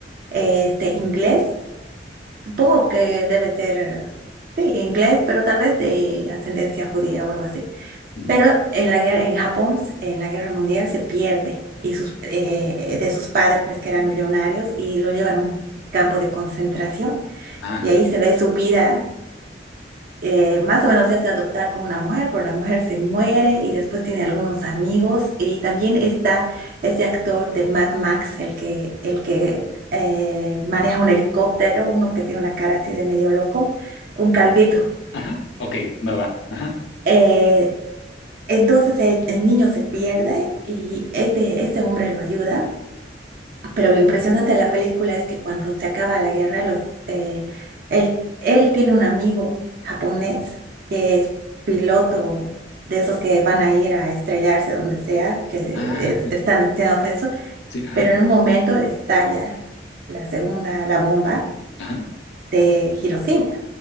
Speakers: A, on the right; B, on the left.
A: Este, inglés, supongo que debe ser, eh, sí, inglés, pero tal vez de ascendencia judía o algo así.
B: ujú,
A: Pero en la guerra, en Japón, en la Guerra Mundial se pierde y sus, eh, de sus padres que eran millonarios y lo llevan a un campo de concentración
B: ajá,
A: y ahí se ve su vida eh, más o menos se hace adoptar con una mujer, pero la mujer se muere y después tiene algunos amigos. Y también está ese actor de Mad Max, el que, el que eh, maneja un helicóptero, uno que tiene una cara así de medio loco, un calvito.
B: ajá, ok, va, va, ajá,
A: Eh, entonces el, el niño se pierde y este, este hombre lo ayuda. Pero lo impresionante de la película es que cuando se acaba la guerra, los, eh, él, él tiene un amigo japonés que es piloto de esos que van a ir a estrellarse donde sea, que
B: ajá,
A: es- están destinados a eso,
B: sí, ajá,
A: pero en un momento estalla la segunda, la bomba
B: ajá,
A: de Hiroshima.